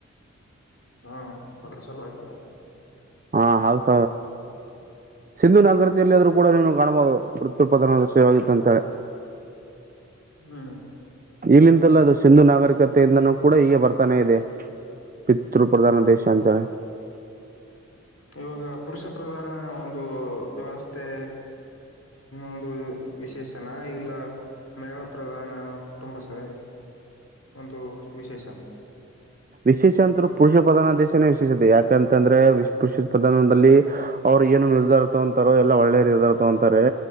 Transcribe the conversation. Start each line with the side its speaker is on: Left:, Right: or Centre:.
Left: ಹ್ಮ್ ಪತ್ರ ಸಲವಾಗಿಲ
Right: ಹಾ ಹೌಸ ಸಿಂಧು ನಾಗರತಿಯಲ್ಲಿ ಆದೂ ಕೂಡ ನೀನು ಕಾಣ್ಬಹದು ವೃತ್ಯತ್ಪಾದನೆ ಎಲ್ಲ ಸೇಾಗಿತ್ತ ಅಂತಳೆ
Left: ಹ್ಮ್
Right: ಇಲ್ಲಿಂತೆಲ್ಲ ಅದು ಸಿಂಧು ನಾಗರಿಕತೆಯಿಂದನೂ ಕೂಡ ಹೀಗೆ ಬರ್ತಾನೆ ಇದೆ ಪಿತೃಪ್ರಧಾನ ದೇಶ ಅಂತೆ
Left: ಇವಾಗ ಪುರುಷ ಪ್ರಧಾನ ಒಂದು ವ್ಯವಸ್ಥೆ ಒಂದು ವಿಶೇಷನ ಇಲ್ಲ ಮಹಿಳಾ ಪ್ರಧಾನ ಕುಟುಂಬ ಸಭ ಒಂದು ವಿಶೇಷನ
Right: ವಿಶೇಷ ಅಂತರು ಪುರುಷ ಪ್ರಧಾನ ದೇಶನೇ ವಿಶೇಷತೆ ಯಾಕಂತಂದ್ರೆ್ ಪುರುಷ ಪ್ರಧಾನದಲ್ಲಿ ಅವ್ರು ಏನು ನಿರ್ಧಾರತ ಅಂತಾರೋ ಎಲ್ಲ ಒಳ್ಳೆ ನಿರ್ಧಾರತ ಅಂತಾರೆ